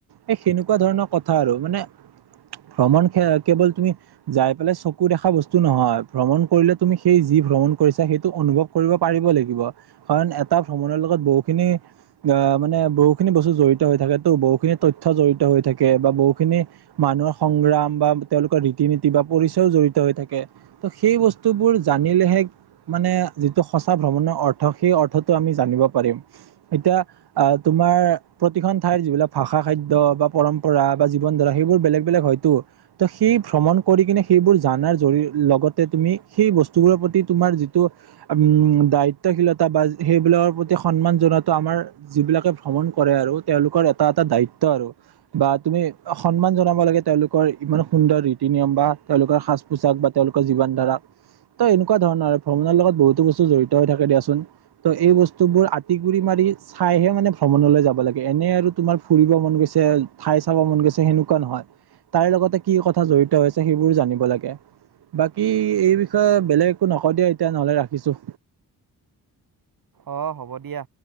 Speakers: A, on the right; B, on the right.
A: এই সেনেকুৱা ধৰণৰ কথা আৰু, মানে ভ্ৰমণ সে কেৱল তুমি যাই পেলাই চকু দেখা বস্তু নহয় ভ্ৰমণ কৰিলে তুমি সেই যি ভ্ৰমণ কৰিছা সেইটো অনুভৱ কৰিব পাৰিব লাগিব, কাৰণ এটা ভ্ৰমণৰ লগত বহুখিনি আ, মানে বহুখিনি বস্তু জড়িত হৈ থাকেতো, বহুখিনি তথ্য জড়িত হৈ থাকে বা বহুখিনি মানুহৰ সংগ্ৰাম বা তেওঁলোকৰ ৰীতি নীতি বা পৰিচয়ও জড়িত হৈ থাকে। ত' সেই বস্তুবোৰ জানিলেহে মানে যিটো সঁচা ভ্ৰমণৰ অৰ্থ সেই অৰ্থটো আমি জানিব পাৰিম। এতিয়া আ, তোমাৰ প্ৰতিখন ঠাইৰত যিবিলাক ভাষা খাদ্য বা পৰম পৰা বা জীৱন ধৰা সেইবোৰ বেলেগ বেলেগ হয়তো। ত' সেই ভ্ৰমণ কৰি কিনে সেইবোৰ জানাৰ জৰি লগতে তুমি সেই বস্তুবোৰৰ প্ৰতি তোমাৰ যি টো, আম, দায়িত্বশীলতা বা সেইবিলাকৰ প্ৰতি স সন্মান জনাতো আমাৰ যিবিলাকে ভ্ৰমণ কৰে আৰু তেওঁলোকৰ এটা এটা দায়িত্ব আৰু। বা তুমি সন্মান জনাব লাগে তেওঁলোকৰ ইমান সুন্দৰ ৰীতি নিয়ম বা তেওঁলোকৰ সাজ পোচাক বা তেওঁলোকৰ জীৱন ধাৰা ত এনেকুৱা ধৰণৰ আৰু ভ্ৰমণৰ লগত বহুতো বস্তু জড়িত হৈ থাকে দিয়াচোন ত' এই বস্তু বোৰ আটি গুৰি মাৰি চাইহে মানে ভ্ৰমণলৈ যাব লাগে এনে আৰু তোমাৰ ফুৰিব মন গৈছে ঠাই চাব মন গৈছে সেনেকুৱা নহয় তাইৰ লগতে কি কথা জড়িত হৈছে সেইবোৰো জানিব লাগে বাকী এই বিষয়ে বেলেগ একো নক‌ও দিয়া এতিয়া নহলে ৰাখিছোঁ
B: অ হ'ব দিয়া